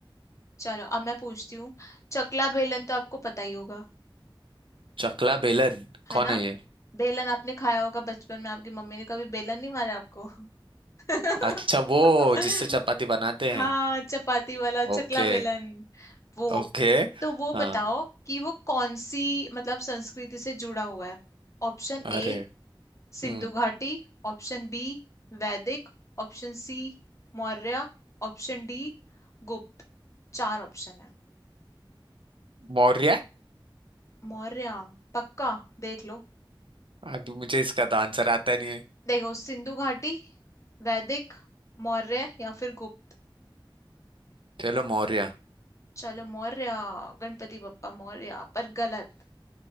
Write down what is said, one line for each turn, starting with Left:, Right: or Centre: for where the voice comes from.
Left: चलो अब मैं पूछती हूँ चकला बेलन तो आपको पता ही होगा
Right: चकला बेलन
Left: है
Right: कौन
Left: ना
Right: है ये
Left: बेलन आपने खाया होगा बचपन में आपकी मम्मी ने कभी बेलन नहीं मारा आपको <laughs>
Right: अच्छा वो जिससे चपाती बनाते हैं
Left: हाँ चपाती वाला चकला
Right: ओके
Left: बेलन वो
Right: ओके
Left: तो वो बताओ
Right: हाँ
Left: कि वो कौन सी मतलब संस्कृति से जुड़ा हुआ है ऑप्शन
Right: अरे
Left: ए सिंधु
Right: हम्म
Left: घाटी ऑप्शन बी वैदिक option C Maurya option D Gupta चार ऑप्शन है
Right: मौर्य
Left: मौर्य पक्का देख लो
Right: अभी मुझे इसका तो आंसर आता नहीं है
Left: देखो सिंधु घाटी वैदिक मौर्य या फिर गुप्त
Right: चलो मौर्य
Left: चलो मौर्य गणपति बप्पा मौर्य पर गलत